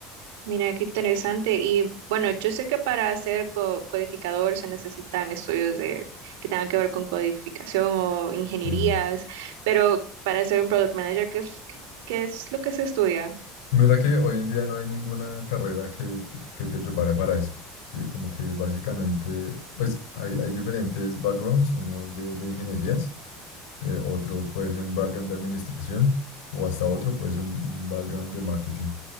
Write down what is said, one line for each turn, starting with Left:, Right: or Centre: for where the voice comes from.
Right: Mira, qué interesante. Y bueno, yo sé que para ser co- codificador se necesitan estudios de, que tengan que ver con codificación o ingenierías,
Left: Sí.
Right: pero para ser un product manager, ¿qué, es- qué qué es lo que se estudia?
Left: Mira que hoy en día no hay ninguna carrera que, te- que te prepare para eso. Sí, como que básicamente, pues hay, hay diferentes backgrounds, uno de, de ingenierías, eh, otro puede ser un background de administración o hasta otro puede ser un un background de marketing.